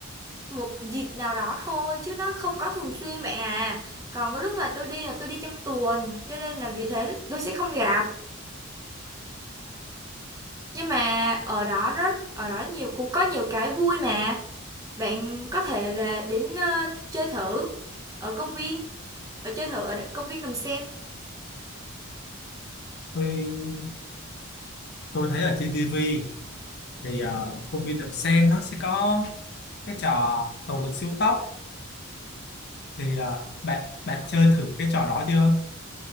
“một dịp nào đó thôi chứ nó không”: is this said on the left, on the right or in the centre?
Right